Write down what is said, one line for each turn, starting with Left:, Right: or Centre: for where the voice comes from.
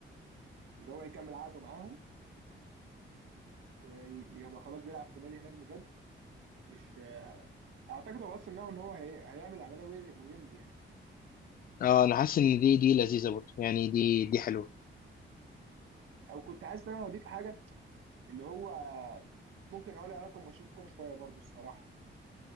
Right: واللي هو يكمل عقده معاهم ويبقى خلاص بيلعب في النادي هناك بجد مش اعتقد هو اصلا نوع ان هو هي... هيعمل عمليه وي- ويمضي يعني
Left: اه انا حاسس ان دي دي لذيذه برضه يعني دي دي حلوه
Right: او كنت حاسس ان انا هضيف حاجه اللي هو ممكن اقول لها رقم ماتشات الكوره شويه برضو الصراحه